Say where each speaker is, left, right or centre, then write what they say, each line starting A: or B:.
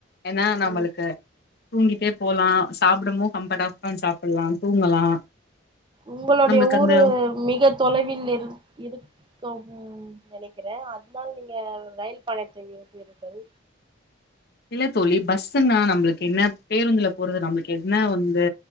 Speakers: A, on the left; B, on the right.
A: என்னா நம்மளுக்கு
B: ம்
A: தூங்கீட்டே போலா சாப்டபோ கம்ஃபட்டா உக்காந் சாப்புல்லா தூங்கலா
B: உங்களொடைய
A: நம்மளுக்கு
B: ஊரு
A: அந்த
B: மிக தொலைவில் இரு இருக்கவு ம் நெனகிற அத்னால நீங்க ரயில் பயணத்தை விரும்புவீர்கள்
A: இல்ல தோழி பஸ்ஸுன்னா நம்ளுக் என்ன பேருந்துல போறது நம்ளுக் என்ன வந்து